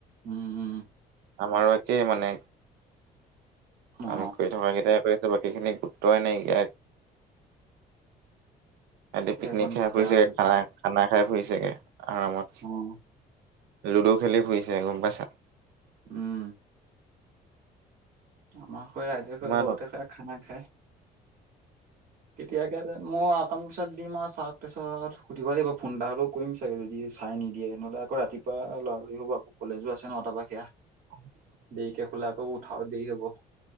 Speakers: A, on the right; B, on the right.
A: উম উম
B: আমাৰো একেই মানে,
A: অ
B: আমি কৰি থকা কেইটাই ছো বাকীখিনি গুৰুত্বই নাইকীয়া। ইহঁতে পিকনিক
A: এখন
B: খাই
A: কেতিয়া
B: ফুৰিছেগে
A: হয়
B: খানা খানা খাই ফুৰিছে আৰামত।
A: উম
B: লুডু খেলি ফুৰিছে গম পাইছা।
A: উম। আমাৰ হৈ ৰাইজে হৈ
B: ইমান
A: লগতে
B: অ
A: খাই খানা খায়। তেতিয়া সেইটোৱে মই অকণ পিছত দিম আৰু চাৰক তাৰিছত সুধিব লাগিব ফোন এটা হ'লেও কৰিম চাগে যদি চাৰে নিদিয়ে। ননেহ'লে আকৌ ৰাতি পোৱা ল'ৰা পোৱালী হুপা আকৌ কলেজো আছে ন তাৰ পৰা সেয়া।
B: <inaudible>
A: দেৰিকে শুলে আকৌ উঠাও দেৰি হ'ব।